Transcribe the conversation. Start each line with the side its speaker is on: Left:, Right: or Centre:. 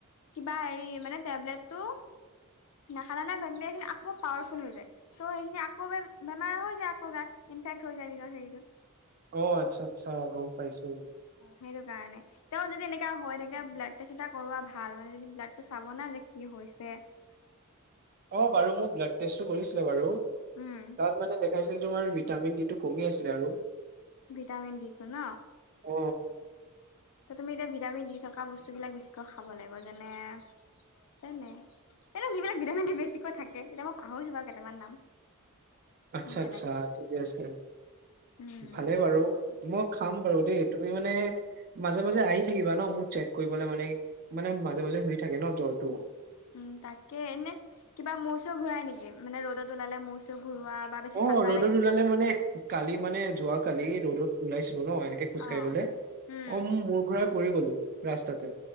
Left: কিবা হেৰি মানে টেবলেটটো নাখালা নে বেক্টেৰিয়া খিনি আকৌ পাৱাৰফুল হৈ যায় চ' সেইখিনি আকৌ বেমাৰ হৈ যায় আকৌ গাত ইে থৈ যায় নিজৰ হেৰিটোত
Right: অঁ আচ্ছা আচ্ছা গম পাইছো
Left: সেইটো কাৰণে তেওঁ যদি এনেকা হৈ থাকে ব্লাড টেষ্ট এটা কৰোৱা ভাল মানে যদি ব্লাড টো চাব না যে কি হয় <unintelligible>
Right: অঁ বাৰু মোৰ ব্লাড টেষ্ট কৰিছিলে বাৰু
Left: উম
Right: তাত মানে চাইছিল তোমাৰ ভিটামিন ডি টো কমি আছিলে আৰু
Left: ভিটামিন ডিটো ন
Right: অ
Left: ত তুমি এতিয়া ভিটামিন দি থকা বস্তুবিলাক বেছিকৈ খাব লাগিব যেনে যেনে যিবিলাক ভিটামিন দি বেছিকৈ থাকে এতিয়া মই পাহৰিছো বাৰু কেইটামান নাম
Right: আচ্ছা
Left: তেনেকে
Right: আচ্ছা ঠিকে আছে
Left: উম
Right: ভালে বাৰু মোক খাম বাৰু দেই তুমি মানে মাজে মাজে আহি থাকিবা ন মোৰ চেক কৰিবলে মানে মানে মাজে মাজে হই থাকে ন জ্বৰটো
Left: উম তাকে এনে কিবা মূৰ চুৰ ঘূৰাই নেকি মানে ৰ'দত ওলালে মূৰ চুৰ ঘূৰোৱা বা বেছি
Right: অঁ
Left: ঠাণ্ডা
Right: ৰ'দত
Left: লাগে
Right: ওলালে মানে কালি মানে যোৱ কালি ৰ'দত ওলাইছিলো ন এনেকে খোজ
Left: অ
Right: কাঢ়িবলৈ
Left: উম
Right: অ মূৰ ঘুৰাই পৰি গলো ৰাস্তাতে